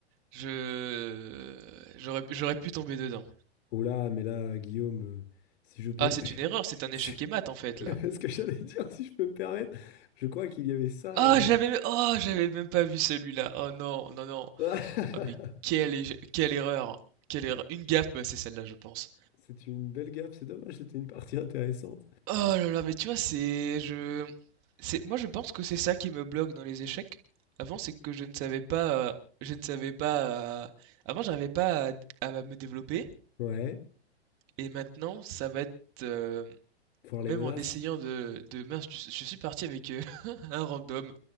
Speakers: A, on the right; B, on the left.
A: je j'aurais j'aurais pu tomber dedans.
B: Oh là, mais là, Guillaume, euh, si je peux
A: Ah,
B: me...
A: c'est
B: <laughs>
A: une erreur, c'est un échec
B: si-
A: et mat en fait
B: <laughs> ce
A: là.
B: que j'allais dire, si je peux me permettre, je crois qu'il y avait ça.
A: Ah,
B: euh,
A: j'avais oh, j'avais même pas vu celui-là. Oh non, non, non.
B: Ah,
A: Ah, mais
B: <laughs>
A: quelle, éche- quelle erreur. Quelle erreur. Une gaffe, bah, c'est celle-là, je pense.
B: C'est une belle gaffe, c'est dommage, c'était une partie intéressante.
A: Oh là là, mais tu vois, c'est. Je. C'est... Moi, je pense que c'est ça qui me bloque dans les échecs. Avant, c'est que je ne savais pas. euh, Je ne savais pas. euh, Avant, j'arrivais pas à... à me développer.
B: Ouais,
A: Et maintenant, ça va être. euh,
B: voir les
A: Même
B: menaces.
A: en essayant de, de... Mince, je je suis parti avec euh, <laughs> un random.